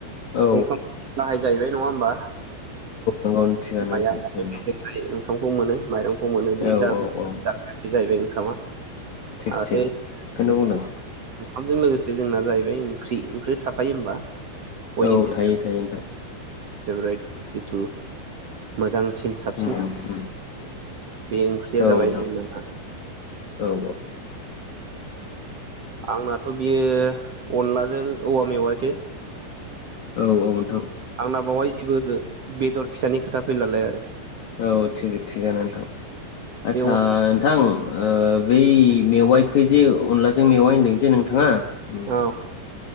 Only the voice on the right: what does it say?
ओंखाम बाहाय जाहैबाय नङा होनबा?
माय
आबादनिफ्राय
जों <unintelligible> ओंखामखौ मोनो माइरं खौ मोनो बे
जा
बे
जाहैबाय खामा
आरो
<unintelligible>
ओंखामजों लोगोसे जोंना जाहैबाय ओंख्रि ओंख्रि थाफायो होमबा। बयनिख्रुइ
फेभरेट जिथु मोजांसिन साबसिन
बे ओंख्रिया
जाबाय
जोंना
आंनाथ बि बियो अनलाजों औवा मेवायसो
आंना बावाय जेबो बेदर फिसानि खोथा फैलालाय आरो।
बे अनला
औ